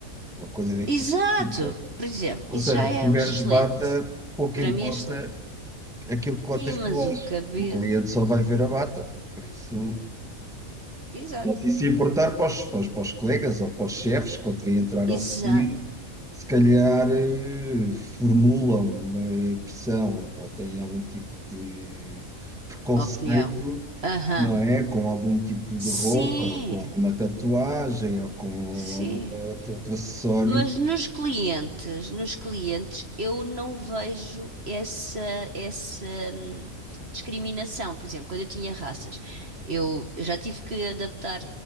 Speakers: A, in the centre; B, on the right (about 45°).
A: Uma coisa de
B: Exato!
A: que fica.
B: Por exemplo,
A: Ou
B: isso
A: seja,
B: já é
A: se tiveres
B: excelente.
A: bata, pouco
B: Para
A: importa
B: mim é excelente.
A: aquilo que lá
B: Sim,
A: tens
B: mas
A: por
B: o
A: baixo.
B: cabelo.
A: O cliente só vai ver a bata, por isso.
B: Exato.
A: E se importar para os, para os- para os colegas ou para os chefes, quando vêm entrar
B: Exato.
A: ao sair, se calhar eh, formulam uma impressão ou têm algum tipo de preconceito,
B: Opinião. Aham.
A: não é? Com algum tipo
B: Sim,
A: de roupa, ou com alguma tatuagem, ou com
B: sim.
A: algum outro, outro acessório.
B: Mas nos clientes, nos clientes, eu não vejo essa, essa hum, discriminação. Por exemplo, quando eu tinha raças, eu, eu já tive que adaptar